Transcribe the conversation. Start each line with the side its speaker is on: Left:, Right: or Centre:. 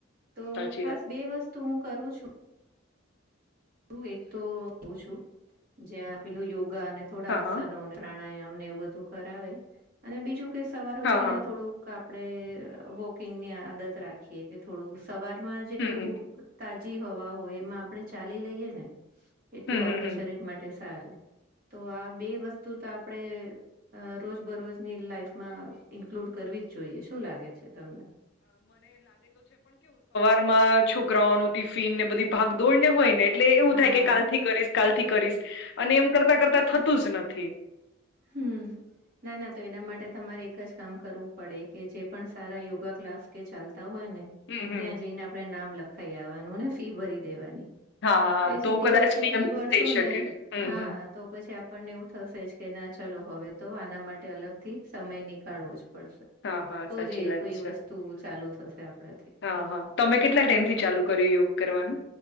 Right: તો
Left: સાચી
Right: ખાસ
Left: વાત
Right: બે વસ્તુ હું કરું છું. હું એક તો હો છું જ્યાં પેલું યોગા અને થોડા
Left: હા હા
Right: આસનો અને પ્રાણાયામ. અમને એવું બધું કરાવે અને બીજું કે સવાર
Left: હા
Right: ઉઠીને
Left: હા
Right: થોડું કા. આપણે વોકિંગની આદત રાખીએ કે થોડું સવારમાં જેટલું
Left: હમ હમ
Right: ત જ હવા હો એમાં આપણે ચાલી લઈએ ને એટલું
Left: હમ
Right: આપણા
Left: હમ હમ
Right: શરીર માટે સારું. તો આ બે વસ્તુ તો આપડે અ રોજ બરોજની લાઈફમાં ઇન્ક્લુડ કરવી જ જોઈએ શું લાગે છે તમને.
Left: છોકરાઓ ન ટિફિન ને બધી. ભાગદોડને હોય ને એટલે એવું
Right: હા
Left: થાય કે કાલ થી કરીશ કાલ થી કરીશ અને એમ કરતા કરતા થતું જ નથી.
Right: હમ ના ના તો એના માટે તમારે. કામ કરવું પડે કે જે પણ સારા યોગા ક્લાસ કે ચાલ. હોય ને
Left: હમ હમ.
Right: ત્યાં જઈને આપણે નામ લખાઈ આવવાનું ને ફી ભરી દેવાની.
Left: હા હા
Right: તો એ સીધી
Left: કદાચ
Right: વાચ્ચે
Left: નિયમિત
Right: ફી ભરશુ
Left: થઈ શકે
Right: ને
Left: હમ
Right: હા
Left: હમ
Right: તો પછી આપણને એવું થશે જ. કે ના ચલોો હવે તો આના માટે અલગથી સમય નીકાળવો જ પડશે.
Left: હા હા
Right: તો
Left: સાચી
Right: જ એ
Left: વાત
Right: કોઈ
Left: છે
Right: વસ્તુ ચાલુ થશે આપણાથી
Left: હા હા તમે કેટલા ટાઈમથી ચાલુ કર્યું કરવાનું